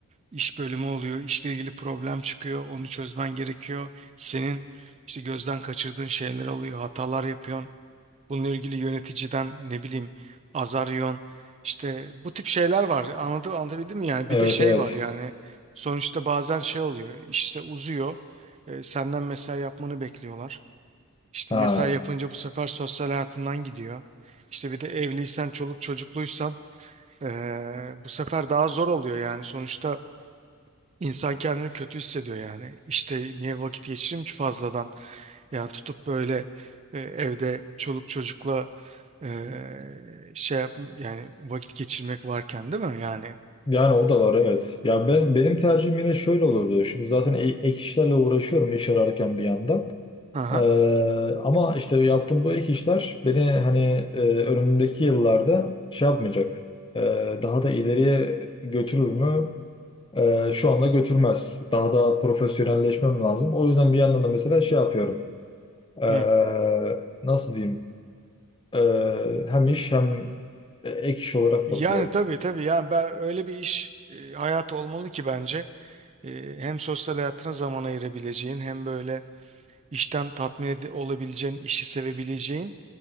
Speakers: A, on the right; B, on the left.
A: iş bölümü oluyor, işle ilgili problem çıkıyor, onu çözmen gerekiyor. Senin işte gözden kaçırdığın şeyler oluyor, hatalar yapıyorsun. Bununla ilgili yöneticiden ne bileyim azar yiyorsun. İşte bu tip şeyler var. Anladım, anlatabildim mi yani?
B: Evet
A: Bir de şey
B: evet.
A: var yani. Sonuçta bazen şey oluyor, işte uzuyor. E, senden mesai yapmanı bekliyorlar. İşte
B: Ha.
A: mesai yapınca bu sefer sosyal hayatından gidiyor. İşte bir de evliysen, çoluk çocukluysan eee, bu sefer daha zor oluyor yani. Sonuçta insan kendini kötü hissediyor yani. İşte niye vakit geçireyim ki fazladan? Yani tutup böyle e, evde çoluk çocukla eee, şey yap yani vakit geçirmek varken değil mi yani?
B: Yani o da var evet. Ya ben benim tercihim yine şöyle olurdu. Şimdi zaten e- ek işlerle uğraşıyorum iş ararken bir yandan.
A: Aha.
B: Ee, ama işte yaptığım bu ek işler beni hani e, önümündeki yıllarda şey yapmayacak. Ee, daha da ileriye götürür mü? Ee, şu anda götürmez. Daha da profesyonelleşmem lazım. O yüzden bir yandan da mesela şey yapıyorum. Ee,
A: Hı.
B: nasıl diyeyim? Ee, hem iş hem e, ek iş olarak
A: Yani
B: bakıyorum.
A: tabii tabii yani ben öyle bir iş e, hayatı olmalı ki bence E, hem sosyal hayatına zaman ayırabileceğin hem böyle işten tatmin ede- olabileceğin, işi sevebileceğin.